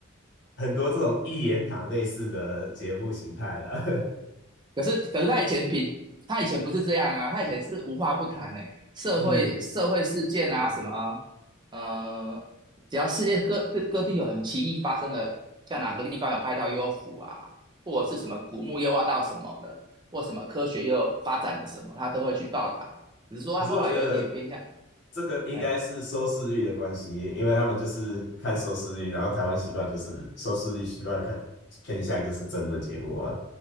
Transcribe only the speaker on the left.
很多这种一言堂类似的节目形态了。
<laughs> 嗯，
可是我觉得这个应该是收视率的关系，
因为他们就是看收视率，然后台湾习惯就是收视率习惯看偏向就是争论节目啊，